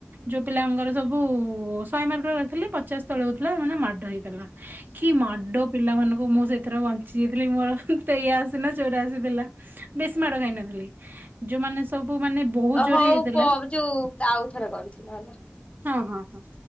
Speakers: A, on the right; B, on the left.
A: ଯୋଉ ପିଲାଙ୍କର ସବୁ ଶହ ମାର୍କ ର କରିଥିଲି ପଚାଶ ତଳେ ହଉଥିଲା ସେ ମାନେ ମାଡ ହେଇଥିଲା। କି ମାଡ ପିଲାମାନାନଙ୍କୁ ମୁଁ ସେଇଥିରେ ବଞ୍ଚି ଯାଇଥିଲି ମୋର ତେୟା ଅସି ନା ଚୋର ଆସିଥିଲା ବେଶୀ ମାଡ ଖାଇନଥିଲି ଯୋଉମାନେ ସବୁ ମାନେ ବହୁତ ଜୋରେ
B: ହଉ
A: ହେଇଥିଲା
B: ପ ଯୋଉ ଆଉ ଥରେ କରୁଛି ନହେଲେ।
A: ହଁ ହଁ ହଁ।